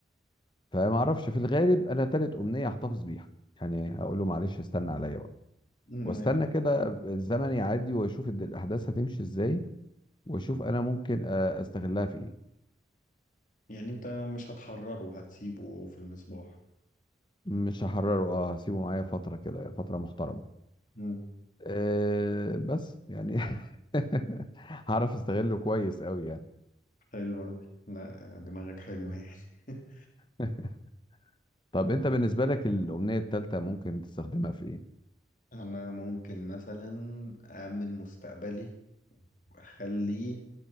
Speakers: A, on the left; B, on the left.
A: فما اعرفش في الغالب انا تالت امنيه هحتفظ بيها يعني هقول له معلش استنى عليا بقى
B: مم.
A: واستنى كده الزمن يعدي واشوف الد- الاحداث هتمشي ازاي واشوف انا ممكن آه، استغلها في ايه
B: يعني انت مش هتحرره هتسيبه في المصباح
A: مش هحرره اه هسيبه معايا فتره كده فتره محترمه
B: مم.
A: أه بس يعني <laughs> هعرف استغله كويس قوي يعني
B: حلو أوي لا دماغك حلوة يعني <laughs>
A: <laughs> طب انت بالنسبه لك الامنيه الثالثه ممكن تستخدمها في ايه
B: أنا ممكن مثلا أأمن مستقبلي وأخلي